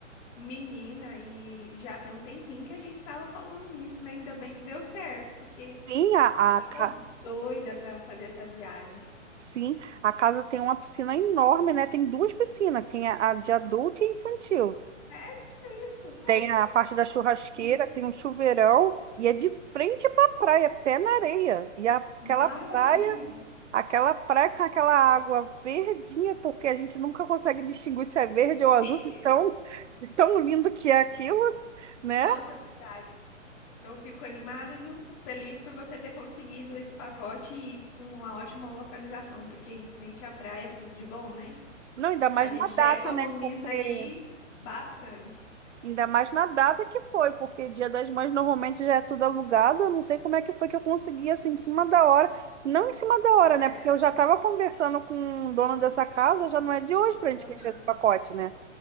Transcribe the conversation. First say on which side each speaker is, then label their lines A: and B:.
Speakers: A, on the left (about 30°); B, on the right (about 65°).
A: menina, e já tem um tempinho que a gente tava falando nisso, né? Ainda bem que deu certo, porque
B: Sim, a,
A: eu tava
B: a, ca-
A: doida pra fazer essa viagem.
B: Sim, a casa tem uma piscina enorme, né? Tem duas piscinas, tem a, a de adulto e a infantil.
A: Sério isso? Ai,
B: Tem a parte da churrasqueira,
A: sim.
B: tem um chuveirão e é de frente para a praia, pé na areia. E a- aquela
A: Maravilha.
B: praia, aquela praia com aquela água verdinha, porque a gente nunca consegue distinguir se é verde ou azul,
A: Sim.
B: de tão, de tão lindo que é aquilo, né?
A: Nossa, é verdade. Eu fico animada, viu? Feliz por você ter conseguido esse pacote e com uma ótima localização, porque em frente à praia é tudo de bom, né?
B: Não, ainda mais
A: A gente
B: na
A: já
B: data,
A: economiza
B: né? Porque
A: aí bastante.
B: Ainda mais na data que foi, porque Dia das Mães normalmente já é tudo alugado. Eu não sei como é que foi que eu consegui, assim, em cima da hora. Não em cima da
A: Olha,
B: hora,
A: é verdade.
B: né? Porque eu já estava conversando com o dono dessa casa, já não é de hoje para a gente
A: Aham,
B: fechar esse pacote, né?